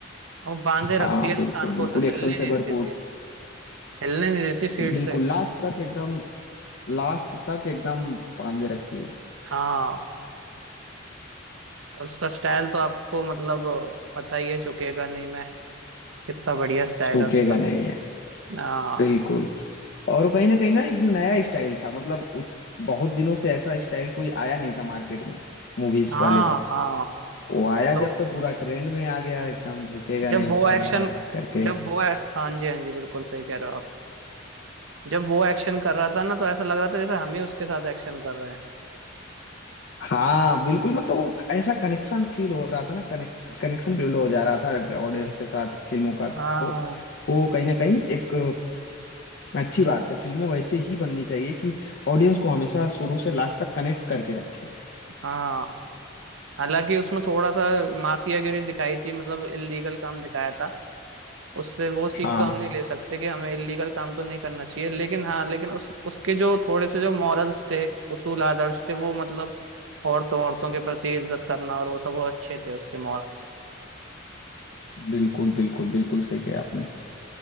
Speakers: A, on the right; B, on the left.
A: और बांधे रखती
B: हाँ
A: है
B: बिल्कुल
A: इंसान को
B: बिल्कुल
A: हिलने
B: एक्शन से
A: नहीं
B: भरपूर
A: देती सीट हिलने नहीं देती सीट
B: बिल्कुल
A: से
B: लास्ट तक एकदम लास्ट तक एकदम बांधे रखती है
A: हाँ उसका स्टाइल तो आपको मतलब पता ही है झुकेगा नहीं मैं कितना बढ़िया स्टाइल
B: छूकेगा
A: है उसका
B: नहीं है
A: आ,
B: बिल्कुल और वो कहीं ना कहीं ना एक नया स्टाइल था मतलब उत- बहुत दिनों से ऐसा स्टाइल कोई आया नहीं था मार्केट में मूवीज
A: हाँ
B: वाले में
A: हाँ
B: वो आया
A: लो
B: जब तो पूरा ट्रेंड में आ गया एकदम झुकेगा
A: जब
B: नहीं
A: वो
B: साला
A: एक्शन
B: करके
A: जब वो हाँ जी हाँ जी बिल्कुल सही कह रहे हो आप जब वो एक्शन कर रहा था ना तो ऐसा लग रहा था जैसे हम ही उसके साथ एक्शन कर रहे हैं
B: हाँ बिल्कुल मतलब वो ऐसा कनेक्शन फील हो रहा था ना कनेक्ट कनेक्शन बिल्ड हो जा रहा था ऑडियंस के साथ फिल्मों का तो
A: हाँ
B: वो कहीं ना कहीं एक अच्छी बात है फिल्में वैसे ही बननी चाहिए कि ऑडियंस को हमेशा शुरू से लास्ट तक कनेक्ट करके रखे
A: हाँ हालांकि उसमें थोड़ा सा माफियागिरी दिखाई थी मतलब इलीगल काम दिखाया था उससे वो सीख
B: हाँ
A: तो हम नहीं ले सकते कि हमें इलीगल काम तो नहीं करना चाहिए लेकिन हाँ लेकिन उस उसके जो थोड़े से जो मॉरल्स थे उसूल आदर्श थे वो मतलब औरतों औरतों के प्रति इज्जत करना और वो सब वो अच्छे थे उसके मॉरल्स
B: बिल्कुल बिल्कुल बिल्कुल सही कहा आपने